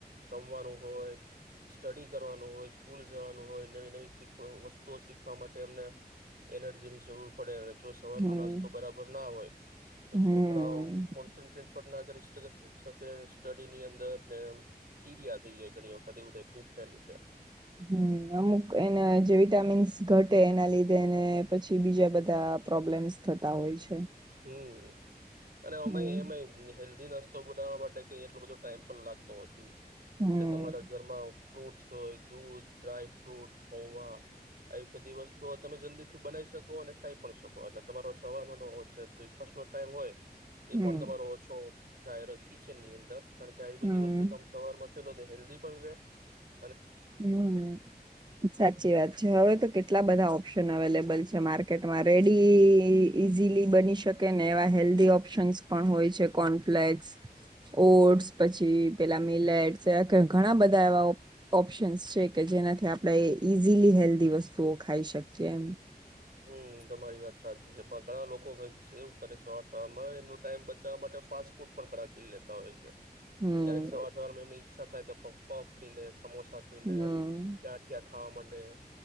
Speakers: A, on the right (about 65°); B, on the right (about 25°).
A: રમવાનું હોય. સ્ટડી કરવાનું હોય, સ્કૂલ જવાનું હોય, નવી- નવી વસ્તુઓ શીખવા માટે, એમને એનર્જીની જરૂર પડે. સવાર
B: હમ
A: ન નાસ્તો બરાબર ના હોય, તો
B: હમ
A: છોકરાવ કોન્સનટ્રેડ પણ ના કરી થ‌ઇ શકે, સ્ટડી ની અંદર. નેમ, ચીડીયા હતી ઘણી. <unintelligible> લીધે
B: હું, અમુક એને જે વિટામીન્સ. ઘટે એના લીધે, ને પછી બીજા બધા પ્રોબ્લેમ્સ થતા હોય છે.
A: હું. અને
B: હમ
A: ઓમેય‌ એમેય હેલ્ધીનસ તો બનાવવા માટે કાંઈ એટલો બધો ટાઈમ પણ લાગતો નથી.
B: હમ
A: જે તમારા ઘરમાં ફ્રૂટસ હોય, દૂધ, ડ્રાયફ્રૂટ, પૌવા આવી બધી વસ્તુઓ તમે જલ્દીથી બનાવી શકો અને ખાઈ પણ શકો. તમારો સવારમા તો બ્રેકફાસ્ટ નો ટાઈમ હોય. એ
B: હમ
A: પણ તમારો ઓ છો. જાય કિચનની અંદર કારણ કે આવી બધી
B: હમ
A: વસ્તુ તમે સવાર માં ફેલો કે હેલ્ધી પણ ર
B: હમ, સાચી વાત છે હવે તો કેટલા બધા ઓપ્શન અવેલેબલ બલે છે માર્કેટમાં રેડી ઇઝીલી બની શકે ને એવા હેલ્ધી ઓપ્શન્સ પણ હોય છે કોર્નફ્લેક્સ, ઓટ્સ પછી પેલા મિલેટ્સ એવા ઘણા બધા એવા ઓપ્શન્સ છે કે જેનાથી આપણે ઇઝીલી હેલ્ધી વસ્તુઓ ખાઈ શકીએ એમ
A: હમ્મ તમારી વાત સાચી છે પણ ઘણા લોકો કઈક એવું કરે સવા માં એમનું ટાઈઇમ બચાવવા માટે ફાસ્ટ ફૂડ પણ ક પી લેતા હોય છે
B: હમ
A: ક્યારેક સવાર સવાર માં એમની ઈચ્છા થાય તો પફ ખી લે સમોસા ખાઈ
B: હમ
A: લે ગંઠિયા ખાવા માંડે